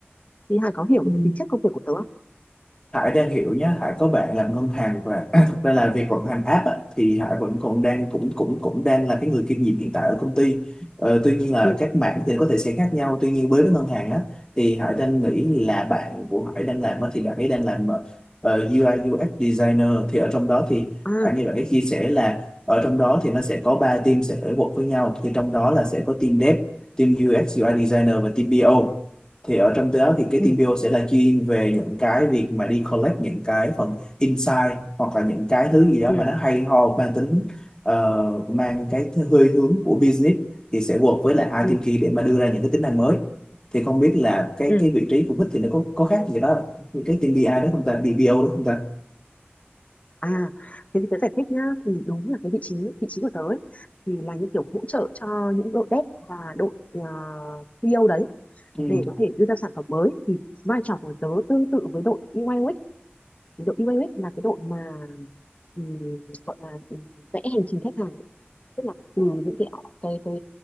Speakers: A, on the left; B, on the left.
A: thì Hà có hiểu
B: Ừ.
A: được cái tính chất công việc của tớ không
B: Hải đang hiểu nhé, Hải có bạn làm ngân hàng và <clears throat> thực ra là việc vận hành app á, thì Hải vẫn còn đang cũng cũng cũng đang là cái người kiêm nhiệm hiện tại ở công ty. Ờ, tuy nhiên là
A: ừ
B: các mảng thì có thể sẽ khác nhau. Tuy nhiên với cái ngân hàng á thì Hải đang nghĩ là bạn của Hải đang làm á, thì bạn ấy đang làm ờ, UI UX designer thì ở trong đó thì
A: à
B: Hải nghe bạn ấy chia sẻ là ở trong đó thì nó sẽ có 3 team sẽ work với nhau thì trong đó là sẽ có team dev, team UX UI designer và team PO thì ở trong đó thì cái
A: ừ
B: team PO sẽ là chuyên về những cái việc mà đi collect những cái phần insight hoặc là những cái thứ gì đó
A: ừ
B: mà nó hay ho mang tính ờ, mang cái hơi hướng của business thì sẽ work với lại hai
A: ừ
B: team kia để mà đưa ra những cái tính năng mới thì không biết là cái
A: ừ
B: cái vị trí của Bích thì nó có có khác gì đó như cái team BI đó không ta BPO đó không ta
A: à thế thì tớ giải thích nhá thì đúng là cái vị trí vị trí của tớ ấy, thì là như kiểu hỗ trợ cho những đội dev và đội uh, PO đấy
B: ừ.
A: để có thể đưa ra sản phẩm mới thì vai trò của tớ tương tự với đội UI UX thì đội UI UX là cái đội mà ừm, gọi là ừm, vẽ hành trình khách hàng ấy. tức là từ những cái cái cái